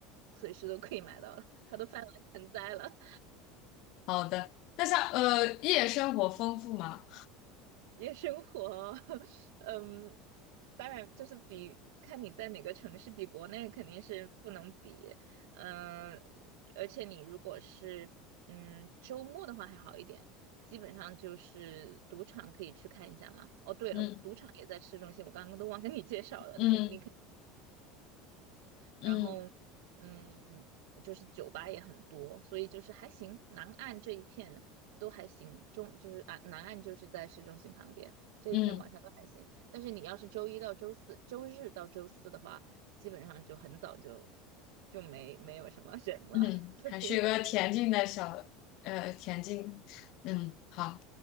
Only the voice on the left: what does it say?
好的。那像呃夜生活丰富吗？
嗯
嗯
嗯
嗯
嗯，
还是有个恬静的小呃恬静，嗯，好，